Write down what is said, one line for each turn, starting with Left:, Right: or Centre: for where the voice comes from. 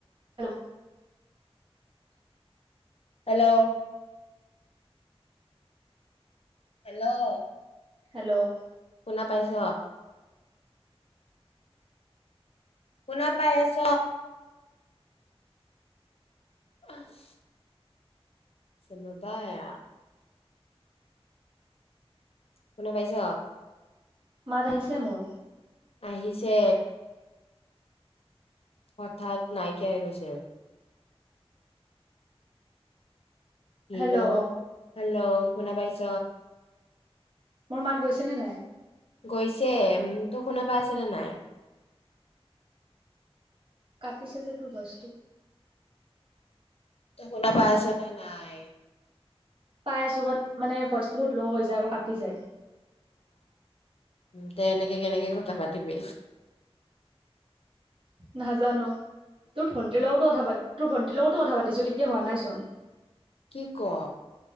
Right: অ
Left: হেল্ল' হেল্ল'
Right: হেল্ল'
Left: শুনা পাইছ শুনা পাই আছ আহ চবায় শুনা পাইছ
Right: মাত আহিছে মোৰ
Left: আহিছে হঠাৎ নাইকিয়া হৈ গৈছিল। হল'
Right: হেল্ল'
Left: হেল্ল' শুনা পাইছ
Right: মোৰ মাত গৈছে নে নাই?
Left: গৈছে তো শুনা পাই আছেনেে নাই?
Right: পিছ হাজাৰ তোৰ বস্তু
Left: ত শুনা পাইছ নে নাই
Right: পাই আছো বাত মানে ভইচটো বহুত ল হৈ যায় আৰু কাটি যায়।
Left: উ তে এনেকে কেনেকে কথা পাতিবি
Right: নাজানো তোৰ ভন্টিৰ লগতো কথা পাতি তোৰ ভণ্টিৰ লগতো কথা পাতিছো তেতিয়া হোৱা নাই চোন
Left: কি ক